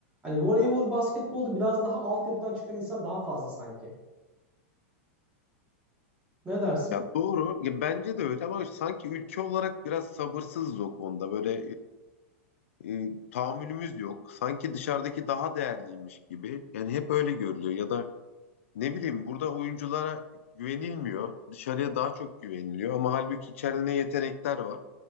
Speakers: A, on the right; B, on the left.
A: Hani voleybol, basketbolda biraz daha altyapıdan çıkan insan daha fazla sanki. Ne dersin?
B: Ya doğru. Ya bence de öyle ama sanki ülke olarak biraz sabırsızız o konuda. Böyle e, e, tahammülümüz yok. Sanki dışarıdaki daha değerliymiş gibi. Yani hep öyle görülüyor. Ya da ne bileyim burada oyunculara güvenilmiyor. Dışarıya daha çok güveniliyor ama halbuki içeride ne yetenekler var.